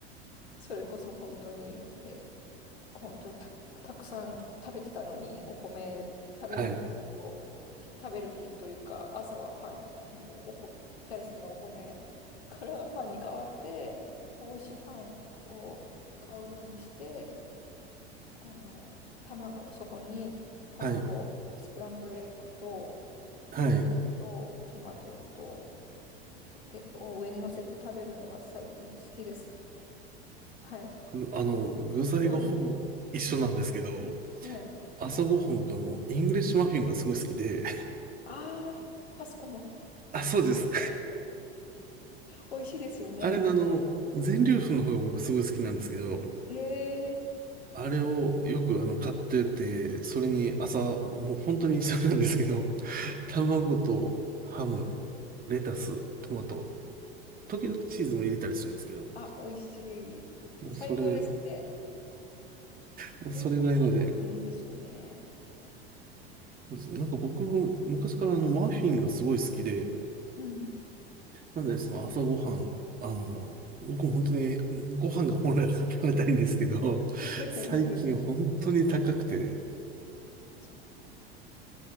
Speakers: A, on the left; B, on the right.
A: それこそ本当にね、本当にた、たくさん食べてたのに、お米食べるのも結構、
B: はい。
A: ひ食べる日というか、朝はパン、もうおこ、大好きなお米からパンに変わって、まあ美味しいパンを買うようにして、あの、卵、そこに卵、
B: はい。
A: スクランブルエッグと、
B: はい。
A: レタスと、トマトと、で、を上に乗せて食べるのが最近好きです。はい。
B: ぐあの、具材がほぼ一緒なんですけど、
A: 料理って。うんうんはい。
B: 朝ごはん僕あの、イングリッシュマフィンがすごい好きで、
A: ああ、パスコの
B: <laughs> あ、そうです。
A: 美味しいですよね。
B: あれのあの、全粒粉の方が僕すごい好きなんですけど、
A: ええ
B: あれをよくあの買ってて、それに朝、もう本当に一緒なんですけど、<laughs> 卵とハム、レタス、トマト、時々チーズも入れたりするんですけど、
A: あ、美味しい。
B: もうそれ、
A: 最高ですね。
B: もうそれぐらいので、
A: イングリッシュマフィンいいですよね。
B: なんか僕も昔からあのマフィンがすごい好きで、
A: うん。
B: なのでその朝ごはん、あの、僕も本当にご飯が本来は食べたいんですけど、
A: そうですよね。
B: 最近本当に高くて、
A: そ